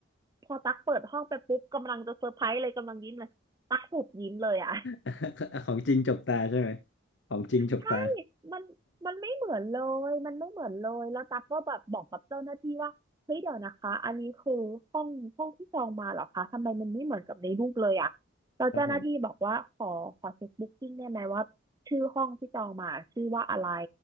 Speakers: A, on the right; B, on the left.
A: พอตักเปิดห้องไปปุ๊บกำลังจะเซอร์ไพรส์เลยกำลังยิ้มเลยตักหุบยิ้มเลยอ่ะ
B: <laughs> ของจริงจกตาใช่ไหม ของจริงจกตา
A: ใช่มันมันไม่เหมือนเลย มันไม่เหมือนเลย แล้วตั๊กก็แบบบอกกับเจ้าหน้าที่ว่าเฮ้ยเดี๋ยวนะคะอันนี้คือห้องห้องที่จองมาเหรอคะทำไมมันไม่เหมือนกับในรูปเลยอะแล้วเจ้าหน้าที่บอกว่าขอขอเช็คบุ๊กกิ้งได้ไหมว่าชื่อห้องที่จองมาชื่อว่าอะไร
B: ครับผม